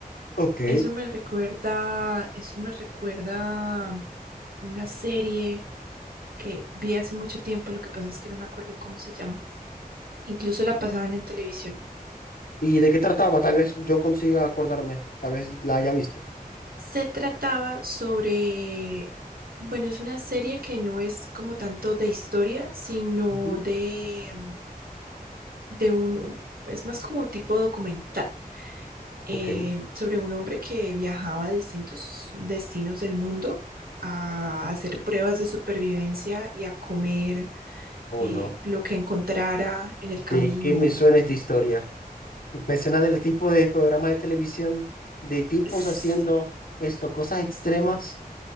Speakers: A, on the left; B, on the right.
A: Ok.
B: Eso me recuerda, eso me recuerda a una serie que vi hace mucho tiempo, lo que pasa es que no me acuerdo cómo se llama. Incluso la pasaban en televisión.
A: ¿Y de qué trataba? Tal vez yo consiga acordarme, tal vez la haya visto.
B: Se trataba sobre, bueno, es una serie que no es como tanto de historia, sino
A: Ujú.
B: de, mm, de un, es más como tipo documental, eh,
A: Ok.
B: sobre un hombre que viajaba a distintos destinos del mundo a hacer pruebas de supervivencia y a comer
A: ¿O
B: eh,
A: no?
B: lo que encontrara en el
A: ¿De
B: camino.
A: qué me suena esta historia? Mecenas del tipo de programas de televisión, de tipos
B: Sí.
A: haciendo esto, cosas extremas